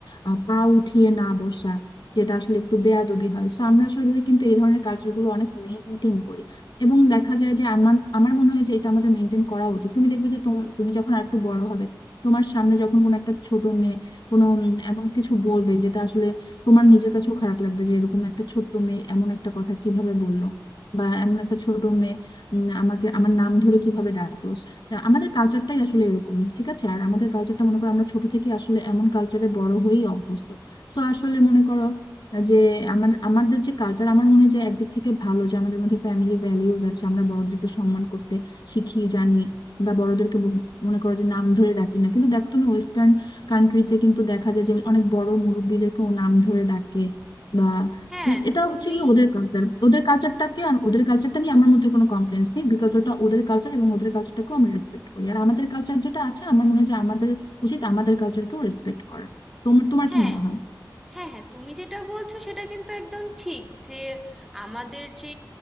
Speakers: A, on the left; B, in the centre.
A: আহ, পা উঠিয়ে না বসা যেটা আসলে একটু বেয়াদবি হয় তো আমরা আসলে কিন্তু এই ধরনের কালচারগুলো অনেক মেনটেন করি এবং দেখা যায় যে আমার আমার মনে হয় যে এটা আমাদের মেনটেন করা উচিত তুমি দেখবে যে তোম- তুমি যখন আর একটু বড় হবে তোমার সামনে যখন কোনো একটা ছোট মেয়ে কোনো উম, এমন কিছু বলবে যেটা আসলে তোমার নিজের কাছেও খারাপ লাগবে যে এরকম একটা ছোট্ট মেয়ে এমন একটা কথা কিভাবে বললো বা এমন একটা ছোট মেয়ে উম, আমাকে আমার নাম ধরে কিভাবে ডাকলো তা আমাদের কালচারটাই আসলে এরকম ঠিক আছে আর আমাদের কালচারটা মনে করো আমরা ছোট থেকে আসলে এমন কালচারে বড় হয়েই অভ্যস্ত সো আসলে মনে করো যে আমার আমাদের যে কালচার আমার মনে হয় যে একদিক থেকে ভালো যে আমাদের মধ্যে ফ্যামিলি ভ্যালিউজ আছে আমরা বড়দেরকে সম্মান করতে শিখি জানি বা বড়দেরকে ব- মনে করো যে নাম ধরে ডাকি না কিন্তু দেখো তুমি ওয়েস্টার্ন কান্ট্রিতে কিন্তু দেখা যায় যে অনেক বড় মুরব্বিদেরকেও নাম ধরে ডাকে বা
B: হ্যাঁ
A: এটা
B: তুমি
A: হচ্ছে কি ওদের কালচার ওদের কালচারটাকে আর ওদের কালচারটা নিয়ে আমার মধ্যে কোনো কমপ্লেন্স নেই বিকজ ওটা ওদের কালচার এবং ওদের কালচারটাকেও আমি রেসপেক্ট করি আর আমাদের কালচার যেটা আছে আমার মনে হয় যে আমাদের উচিত আমাদের কালচারকেও রেসপেক্ট করা তোমার তোমার
B: হ্যাঁ
A: কি মনে হয়
B: হ্যাঁ হ্যাঁ তুমি যেটা বলছো সেটা কিন্তু একদম ঠিক যে আমাদের যে